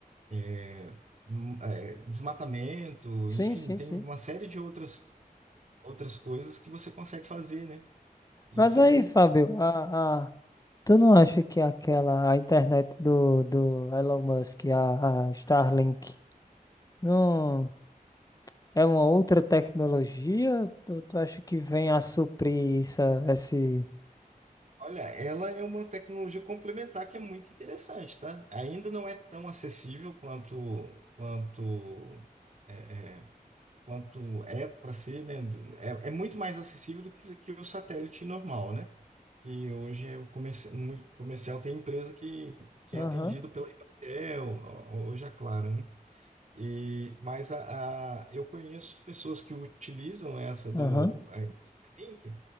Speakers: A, on the right (about 50°); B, on the left (about 25°).
A: é, hum, é, desmatamento,
B: Sim,
A: enfim,
B: sim,
A: tem
B: sim.
A: uma série de outras, outras coisas que você consegue fazer, né? E
B: Mas
A: Isso
B: aí,
A: é bem,
B: Fábio, a, Tu não acha que aquela, a internet do, do Elon Musk, a, a Starlink, não é uma outra tecnologia? Tu, tu acha que vem a suprir isso, esse...
A: Olha, ela é uma tecnologia complementar que é muito interessante, tá? Ainda não é tão acessível quanto quanto é, é, quanto é para ser, né? do- É, é muito mais acessível do que, que o satélite normal, né? Que hoje é o comerci- muito comercial, tem empresa que, que
B: Aham,
A: é atendido pela Embratel, ho- hoje é claro, né? E, mas a, a- eu conheço pessoas que utilizam essa do
B: aham,
A: a Starlink